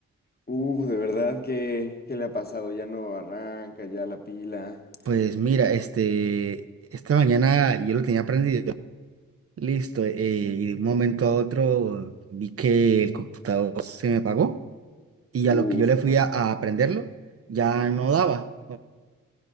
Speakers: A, on the left; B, on the right.
A: Uf, de verdad, ¿qué, qué le ha pasado? Ya no arranca, ya la pila.
B: Pues mira, este, esta mañana yo lo tenía prendido. Listo, eh, y de un momento a otro vi que el computador se me apagó y a lo
A: Uf,
B: que yo le
A: ajá.
B: fui a, a prenderlo ya no daba.